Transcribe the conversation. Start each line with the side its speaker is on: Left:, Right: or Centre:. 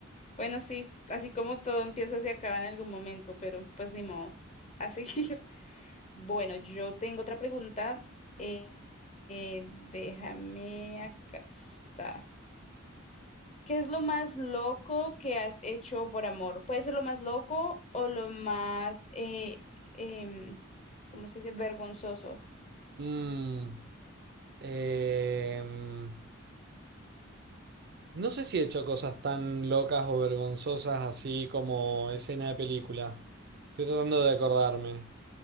Left: Bueno, sí, así como todo empieza, se acaba en algún momento, pero pues ni modo. A seguir. <laughs> Bueno, yo tengo otra pregunta. Eh, eh, déjame acá está. ¿Qué es lo más loco que has hecho por amor? Puede ser lo más loco o lo más, eh, em, ¿cómo se dice? Vergonzoso.
Right: Mm, em, no sé si he hecho cosas tan locas o vergonzosas así como escena de película. Estoy tratando de acordarme.